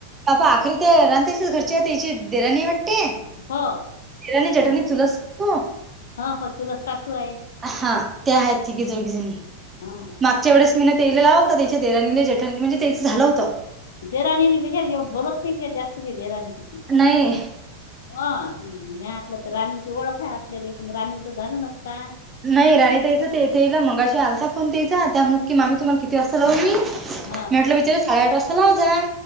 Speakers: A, on the right; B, on the left.
A: अपा आखरी ते राांतायचस घरचीची देराणी वाटते
B: हो
A: देराणी जेठाणी
B: हा
A: चुलत सासू
B: हो हो चुला सासू आहे
A: हा ते आहेत तिघे जोघी जणी
B: हा
A: मग आजच्या वेळेस मी ना तेला लाव हो त्याच्या देरानीले जठानी म्हणजे तेच झालं होतं
B: दरा विशार बोलततेे जास्त देरा किची
A: नाही
B: ह मटलं तर राणीची ओळख आहे आपल्यालाण राणीचं झालं नक का
A: नाही राणी त्याच तेथईला मंगाशी आलता फोन त्यायचा त्या म्हणत की मामी तुम्हाला किती वाजता लावू मी म
B: का हा
A: म्हटलं बिचारा साडेआठ वाजता लाव जाय